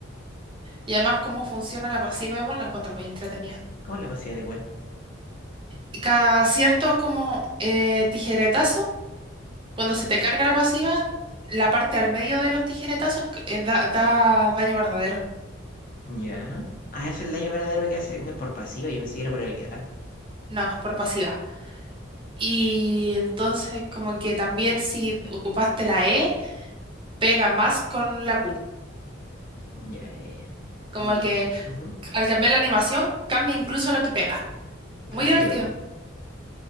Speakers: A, on the right; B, on the left.
A: Y además cómo funciona la pasiva de Gwen la encuentro muy entretenida.
B: ¿Cómo es la pasiva de Gwen?
A: Y cada cierto como eh, tijeretazo, cuando se te carga la pasiva, la parte al medio de los tijeretazos que- eh, da, da daño verdadero.
B: Ya. Ah, es el daño verdadero que hace. Es por pasiva, yo me seguía por habilidad.
A: No, es por pasiva. Y entonces como que también si ocupaste la E, pega más con la Q.
B: Ya, ya, ya.
A: Como
B: Y...
A: que
B: ujú.
A: al cambiar la animación, cambia incluso lo que pega.
B: Brígido.
A: Muy divertido.